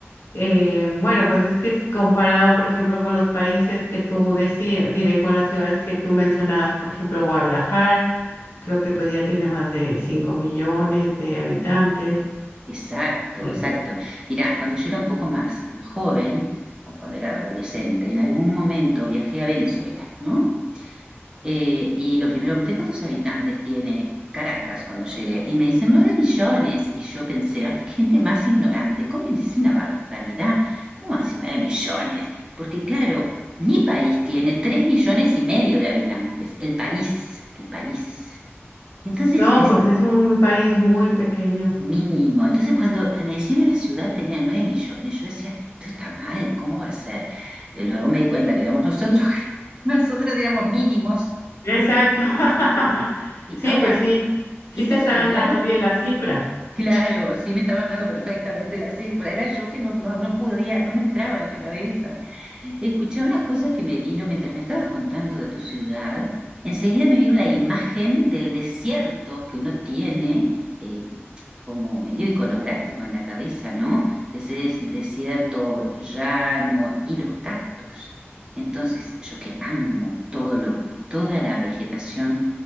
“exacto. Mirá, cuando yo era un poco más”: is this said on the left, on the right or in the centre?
Right